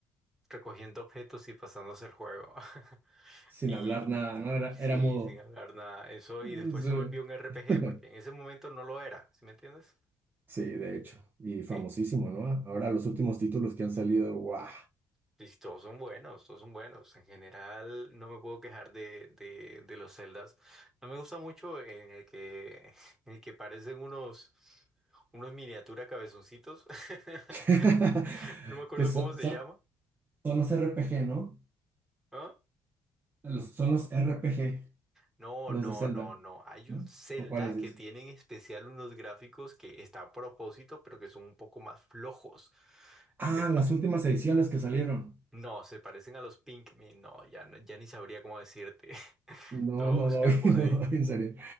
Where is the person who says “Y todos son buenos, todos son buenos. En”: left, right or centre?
Centre